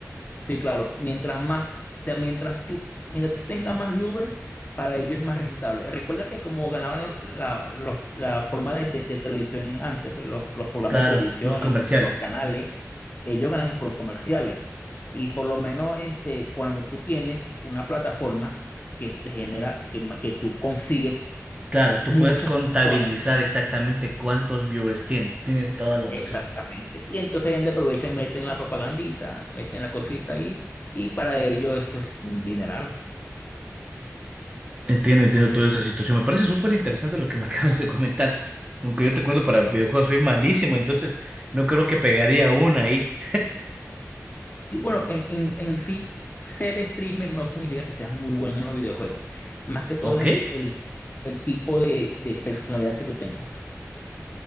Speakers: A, on the left; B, on the right.
A: Sí, claro. Mientras más, o sea, mientras tú, mientras tú tengas más viewers, para ellos es más rentable. Recuerda que como ganaban la, los- la forma de, de- de televisión antes, pues, los, los programas
B: Claro,
A: de televisión,
B: los comerciales.
A: los, los canales, ellos ganan por comerciales. Y por lo menos este, cuando tú tienes una plataforma que te genera, que, ma- que tú consigues
B: Claro, tú
A: muchas
B: puedes contabilizar
A: personas,
B: exactamente cuántos viewers tienes. Tienes toda la
A: exactamente.
B: razón.
A: Y entonces ellos aprovechan y meten la propagandita, meten la cosita ahí, y para ellos eso es un dineral.
B: Entiendo, entiendo toda esa situación. Me parece súper interesante lo que me <laughs> acabas de comentar. Aunque yo te cuento, para videojuegos soy malísimo, entonces no creo que pegaría una ahí.
A: Sí, Bueno, en, en, en sí, ser streamer no significa que seas muy bueno en los videojuegos. Más que todo
B: Ok.
A: es el, el, el tipo de, de personalidad que tú tengas.